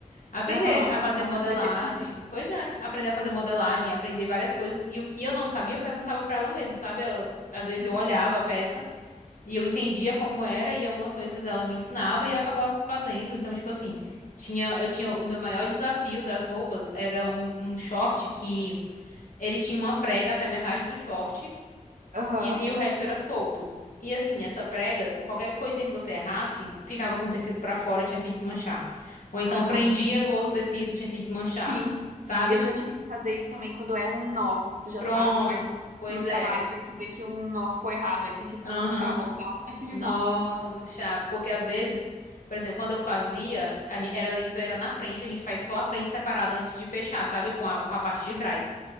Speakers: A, on the left; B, on the right.
A: aprender
B: Aham.
A: a
B: Nossa,
A: fazer
B: dá
A: modelagem.
B: pra aprender tudo, né?
A: Pois é, aprender a fazer modelagem, aprender várias coisas. E o que eu não sabia, eu perguntava pra ela mesmo, sabe? Ela- às vezes
B: Legal.
A: eu olhava a peça. E eu entendia como era e algumas coisas ela me ensinava e eu acabava fazendo. Então, tipo assim, tinha, eu tinha o meu maior desafio das roupas era um, um short que ele tinha uma prega até metade do short
B: Aham.
A: e, e o resto era solto. E assim, essa prega, se qualquer coisinha que você errasse, ficava com o tecido pra fora, tinha que desmanchar. Ou então
B: Ai,
A: prendia no outro tecido, tinha que desmanchar.
B: Sim,
A: Sabe?
B: eu já tive que fazer isso também quando erra um nó. Tu já
A: Pronto,
B: tá assim mais pra baixo
A: pois
B: no trabalho,
A: é.
B: daí tu vê que um nó ficou errado, aí tem que desmanchar,
A: Aham.
B: voltar lá naquele
A: Nossa,
B: nó.
A: muito chato. Porque às vezes, por exemplo, quando eu fazia, a gen- era, isso era na frente, a gente faz só a frente separada antes de fechar, sabe? Com a, com a parte
B: Sim,
A: de trás.